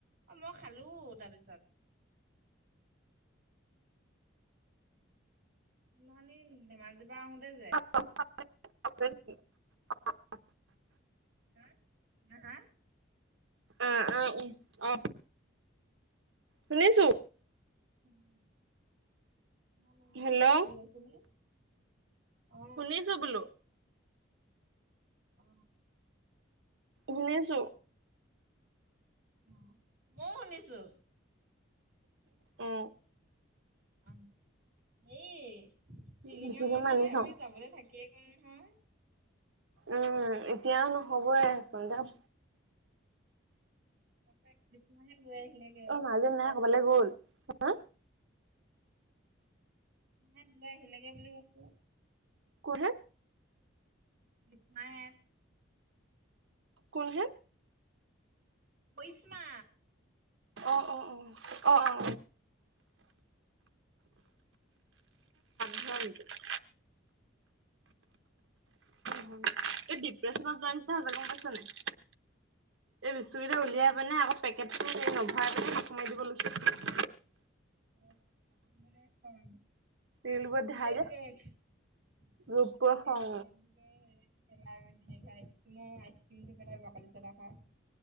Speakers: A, on the right (about 45°); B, on the right (about 70°).
A: অ', মই খালো তাৰপিছত। সেইদিনা খনি ধেমাজিৰ পৰা আহোতে যে।
B: <unintelligible>
A: হাঁ-হাঁ-হাঁ?
B: অঁ', -অঁ', -উম, অঁ'। শুনিছো।
A: উম, মই নুশুনিলো
B: হেল্ল'
A: কি কৈছিলি? অ
B: শুনিছো বোলো
A: অ।
B: শুনিছো।
A: অ মও শুনিছো।
B: অ।
A: অ এই টিলিঙা
B: বেছিকে
A: মন্দিৰলৈ
B: মানি খাওঁ
A: আমি যাবলৈ থাকিয়ে গ'ল নহয়।
B: উম, এতিয়াও নহবয় চোন ধাপ
A: <unintelligible> গৈ আহিলে।
B: অ মা যেন নাই ক'বালে গ'ল, হা?
A: নাই দিলে আহিলেগে বুলি কৈছো।
B: কোনে?
A: <unintelligible>
B: কোন হে?
A: পৰিশ্মা।
B: অ অ অ অ অ অ। হ'ল এতিয়া? এই ডিপ্ৰেশচনত যোৱা নিচিনা হৈছে গ'ম পাইছা নে নাই? এই বস্তু কেইটা উলিয়াই পিনে আকৌ পেকেটটো নভৰাই পিনে <unintelligible> দিব লৈছো।
A: <unintelligible> <unintelligible>
B: ৰিলবোৰত দেখা যে ৰূপৰ খং
A: <unintelligible>